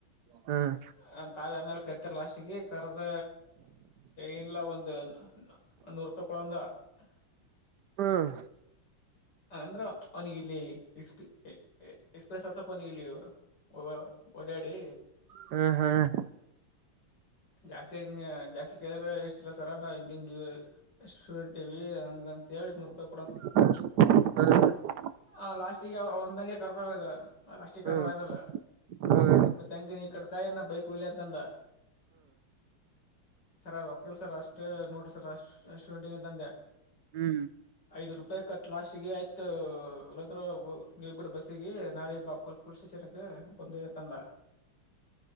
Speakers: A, on the right; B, on the left.
A: ಹ್ಮ್
B: ಹ ತಾವೇ ಆಮೇಲೆ ಕರ್ತಿರ್ಲ್ಲ ಅಷ್ಟ. <inaudible> ಕರದ ಏನಲ್ಲ ಒಂದು ನೂರು ರೂಪಾಯಿ ಕೊಡಂದ <unintelligible>
A: ಹ್ಮ್
B: ಹ ಅಂದ್ರ ಅವನಿಿಗೆ ಇಲ್ಲಿ ಎಸ್ಪ ಎಕ್ಸ್ಪ್ರೆಸ್ ಆತ್ತಪ್ಪ ಅವನಿಗೆ ಇಲ್ಲಿ. ನಳಳ್ತ ಒ ಓಡಾಡಿ
A: ಹ್ಮ್ ಹ್ಮ್
B: ಜಾಸ್ತಿ ಹಂಗ ಜಾಸ್ತಿ ಕೇಳಿದ್ರೆ ಇಷ್ಟ ಇಲ್ಲ ಸರ ನಾವು ಹಿಂಗ ಹಿಂಗಿವ ಸ್ಟೂಡೆಂಟ್ ಇಿವವಿ ಹಂಗಂತ ಎಡ್ನೂಾಯಿ?
A: ಹ್ಮ
B: ಹ ಲಾಸ್ಟಿಗೆ ಒಂದಂಗೆ ಕರ್ದ ಲಾಸ್ಟಿಗೆ ಕರ್ದ
A: ಹ್ಮ್
B: ಆಮೇಲ್
A: ಹ್ಮ್
B: ಮತ್ತ ಹೆಂಗ ನೀ ಕಟ್ತಾಯ ನಾನ ಬೈಕ್ ವಲೆಂತಂದ ಸರ್ ರೋಕ್ಕಿಲ್ ಸರ್ ಅಷ್ಟು ನೋಡಿ್ರ ಸರ್ ಅಷ್ಟ ಅಷ್ಟುಟತ ಅಂದೆ
A: ಹ್ಮ್ ಹ್ಮ್
B: ಐದು್ ರೂಪಾಯಿ ಕಟ್ ಲಾ ಬಿಗೆ ಆಯ್ತು ಇಲ್ಲಾದ್ರು ನೀ ಬಿಿಟ್ಟ ಬಸ್ಸಿಗೆ ನಾಳೆ ಪುಲ್ಸ್ ಸ್ಟೇಷನ್ಗೆ ಬಂದು ತಂದ